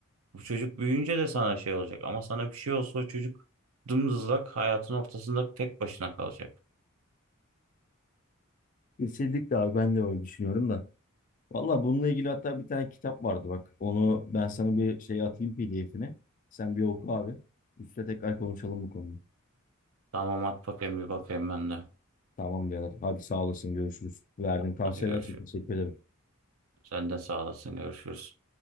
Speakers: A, on the right; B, on the left.
A: Bu çocuk büyüyünce de sana şey olacak. Ama sana bir şey olsa o çocuk dımdızlak hayatın ortasında tek başına kalacak.
B: Kesinlikle abi ben de öyle düşünüyorum da. Valla bununla ilgili hatta bir tane kitap vardı bak. Onu ben sana bir şey atayım PDF'ine. Sen bir oku abi. Üstte tekrar konuşalım bu konuyu.
A: Tamam at bakayım bir bakayım ben de.
B: Tamam birader. Hadi sağ olasın. Görüşürüz. Verdiğin tavsiyeler
A: Hadi görüşürüz.
B: için teşekkür ederim.
A: Sen de sağ olasın görüşürüz.